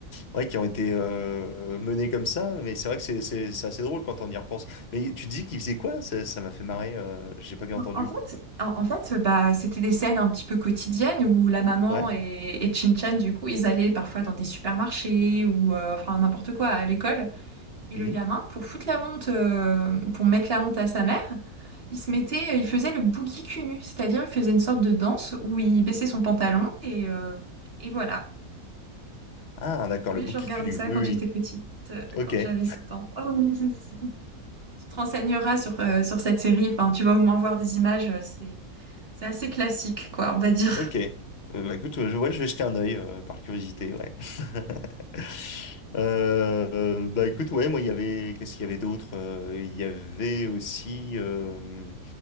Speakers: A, on the left (about 45°); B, on the right (about 40°).
A: ouais, qui ont été euh, menés comme ça, mais c'est vrai que c'est c'est- c'est assez drôle quand on y repense. Mais tu dis qu'il faisait quoi? Ça ça m'a fait marrer, euh, j'ai pas bien
B: En
A: entendu.
B: en fait, en, en fait, bah, c'était des scènes un petit peu quotidiennes où la maman
A: Ouais?
B: et, et Chin-Chan, du coup, ils allaient parfois dans des supermarchés ou euh, enfin n'importe quoi à l'école. Et
A: Mhm.
B: le gamin, pour foutre la honte, euh, pour mettre la honte à sa mère, il se mettait, euh, il faisait le boogie cul nu, c'est-à-dire il faisait une sorte de danse où il baissait son pantalon et, euh, et voilà.
A: Ah, d'accord,
B: Oui,
A: le bouc
B: je regardais
A: qui cunue.
B: ça
A: Oui,
B: quand
A: oui.
B: j'étais petite, euh,
A: Ok.
B: quand
A: <laughs>
B: j'avais 7 ans. <laughs> Tu te renseigneras sur, euh, sur cette série, enfin, tu vas au moins voir des images, euh, c'est, c'est assez classique, quoi, on va dire.
A: Ok. Euh, bah, écoute, euh, je, ouais, je vais jeter un œil euh, par curiosité, ouais. <laughs> Euh, euh, bah écoute, ouais, moi il y avait, qu'est-ce qu'il y avait d'autre? Euh, Il y avait aussi euh,